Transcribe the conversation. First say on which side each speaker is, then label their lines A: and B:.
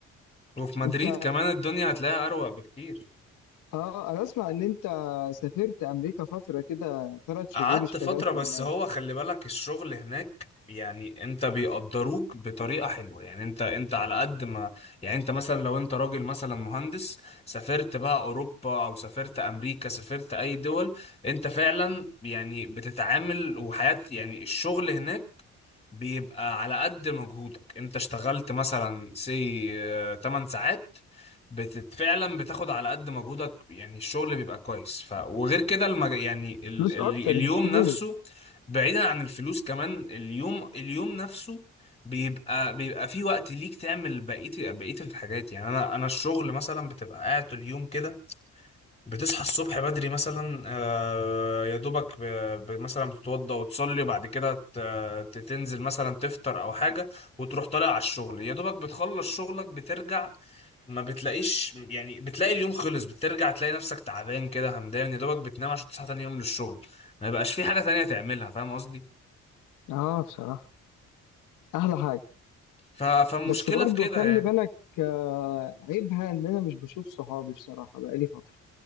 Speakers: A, on the left; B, on the left.
A: وفي مدريد
B: انت
A: كمان الدنيا هتلاقيها اروق بكتير
B: اه انا اسمع ان انت سافرت امريكا فترة كده ثلاث شهور
A: قعدت
B: اشتغلت
A: فترة بس
B: هناك
A: هو خلي بالك الشغل هناك يعني انت بيقدروك بطريقة حلوة يعني انت انت على قد ما يعني انت مثلا لو انت راجل مثلا مهندس سافرت بقى اوروبا او سافرت امريكا سافرت اي دول انت فعلا يعني بتتعامل وحياة يعني الشغل هناك بيبقى على قد مجهودك انت اشتغلت مثلا سي 8 ساعات بتت فعلا بتاخد على قد مجهودك يعني الشغل بيبقى كويس ف وغير كده المج... يعني ال...
B: فلوس
A: ال...
B: اكتر
A: اليوم
B: بكتير
A: نفسه بعيدا عن الفلوس كمان اليوم اليوم نفسه بيبقى بيبقى في وقت ليك تعمل بقية بقية الحاجات يعني انا انا الشغل مثلا بتبقى قاعد طول اليوم كده بتصحى الصبح بدري مثلا آه، يا دوبك ب- ب- مثلا بتتوضى وتصلي وبعد كده ت- ت- تنزل مثلا تفطر او حاجة وتروح طالع على الشغل يا دوبك بتخلص شغلك بترجع ما بتلاقيش يعني بتلاقي اليوم خلص بترجع تلاقي نفسك تعبان كده همدان يا دوبك بتنام عشان تصحى تاني يوم للشغل ما يبقاش في حاجة تانية تعملها فاهم قصدي
B: اه بصراحة احلى حاجة
A: ف- فالمشكلة
B: بس برضو
A: في كده
B: خلي
A: يعني
B: بالك آه، عيبها ان انا مش بشوف صحابي بصراحة بقالي فترة